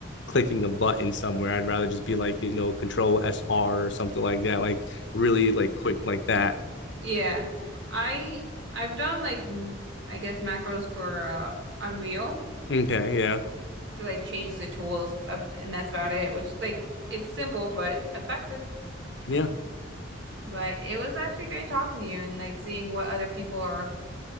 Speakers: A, on the left; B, on the right.
A: clicking a button somewhere. I'd rather just be like, you know, control S R or something like that, like really like quick like that.
B: Yeah, I I've done like m- I guess macros for uh, Unreal
A: Okay, yeah.
B: to like change the tools, uh, and that's about it. Which like it's simple but effective.
A: Yeah.
B: But it was actually great talking to you and like seeing what other people are